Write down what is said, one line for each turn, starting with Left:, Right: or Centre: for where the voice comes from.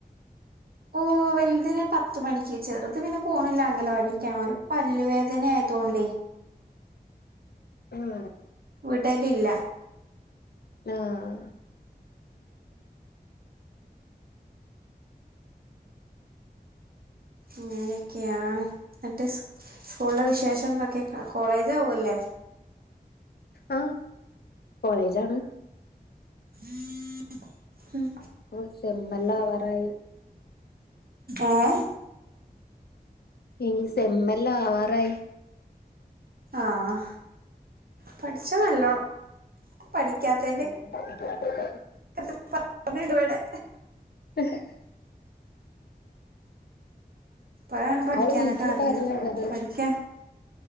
Right: ഓ വല്തിന് പത്ത് മണിക്ക് ചെറുത് പിന്നെ പോണില്ല അങ്കണവാടിക്കാ ഓൻ പല്ലുവേദന തൊണ്ടി
Left: ആഹ്
Right: വിടലില്ല
Left: ആഹ്
Right: അങ്ങനെയൊക്കെയാണ് എന്നിട്ട് സ്കൂളിലെ വിശേഷം എന്തൊക്കെ അ കോളേജ് ആവുല്ലേ
Left: ആഹ് കോളേജാണ്
Right: <inaudible> ഉം
Left: ഒരു സെമ്മല്ല ആവാറായി
Right: ഏഹ്
Left: ഈ സെമ്മല്ല ആവാറായി
Right: ആഹ് പഠിച്ച നല്ലോണം പഠിക്കാത്ത്ന്റെ
Left: <inaudible>
Right: <inaudible> <unintelligible> വെടെ
Left: <inaudible>
Right: ഇപ്പഴാണ് പഠിക്കാനൊക്കെ
Left: അവിടെ വീട്ടിലിപ്പ
Right: ആഗ്രഹം
Left: ആരെല്ലാ ഉള്ളത്
Right: പഠിക്കാ